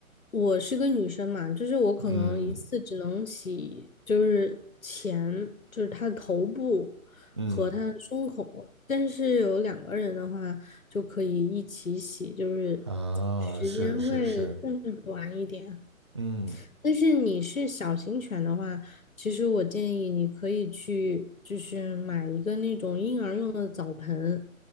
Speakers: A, on the left (about 70°); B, on the right (about 20°).
A: 我是个女生嘛，就是我可能一次只能洗，
B: 嗯
A: 就是前，就是他的头部
B: 嗯
A: 和他的胸口，但是有两个人的话就可以一起洗，就是
B: 啊，
A: 时间会更短一点。
B: 是是是，嗯
A: 但是你是小型犬的话，其实我建议你可以去，就是买一个那种婴儿用的澡盆，